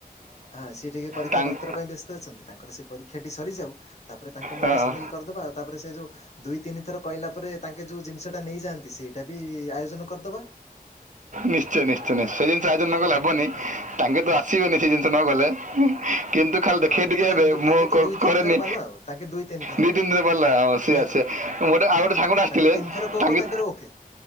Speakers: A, on the left; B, on the right.
A: ହଁ ସିଏ ଟିକେ ପରୀକ୍ଷା
B: ତାଙ୍କ
A: ପତ୍ର ପାଇଁ ବ୍ୟା ତାଙ୍କର ସେ ପରୀକ୍ଷା ସରିଯାଉ ତାପରେ ତାଙ୍କୁ ମଧ୍ୟ
B: ହଁ ହଁ,
A: ସାମିଲ କରିଦବା ଆଉ ତାପରେ ସେ ଯୋଉ ଦୁଇ ତିନି ଥର କହିଲା ପରେ ତାଙ୍କେ ଯୋଉ ଜିନିଷଟା ନେଇଯାଆନ୍ତି ସେଇଟା ବି ଆୟୋଜନ କରିଦବା।
B: ନିଶ୍ଚୟ ନିଶ୍ଚୟ ନିଶ ସେ ଜିନିଷ ଆୟୋଜନ ନ କଲେ ହେବନି
A: ହଁ ହଁ
B: ତାଙ୍କେ ତ ଆସିବେନି ସେ ଜିନିଷ
A: ହଁ
B: ନ
A: ହଁ
B: ଗଲେ। କେନ୍ତୁ ଖା ଦେଖେଇ
A: ହଁ ହଁ କିନ୍ତୁ
B: ଟିକେ
A: ତାଙ୍କୁ
B: ହେ ମୁଁ
A: ତାଙ୍କେ ତ ଦୁଇ ତିନି
B: କରେନି
A: ଥର ବାଲା ଆଉ ତାଙ୍କେ ଦୁଇ ତିନି ଥର
B: ଦି
A: ବାଲା
B: ତିନ ଦରେ ପିଲ ହଁ ସିଏ
A: ନାଇଁ
B: ଆସ
A: କି?
B: ଗୋଟେ
A: ହଁ
B: ଆଉ ଗୋଟେ ସାଙ୍ଗ ଗଟେ ଆସିଥିଲେ
A: ତାଙ୍କୁ ତିନି ଥର କହୁ
B: ତାଙ୍କେ
A: କହୁ ତାଙ୍କର ଓକେ